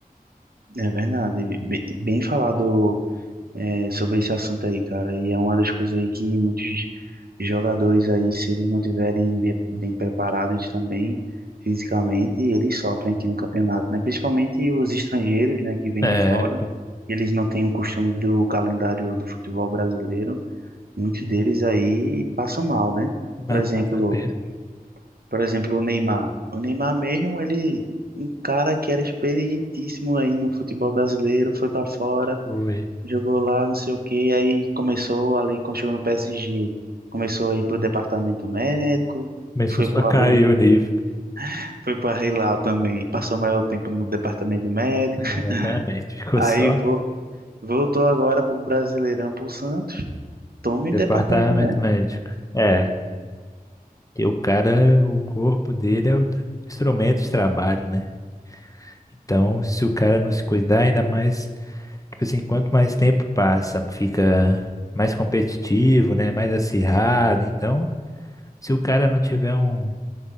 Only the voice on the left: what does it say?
É,
p-
mas
passar perto.
Foi.
Começou
só
a cair
o nível.
Exatamente. Ficou
só
departamento
médico. É, que o cara, o corpo dele é o tra- instrumento de trabalho, né? Então, se o cara não se cuidar, ainda mais, tipo assim, quanto mais tempo passa, fica mais competitivo, né? Mais acirrado. Então, se o cara não tiver um,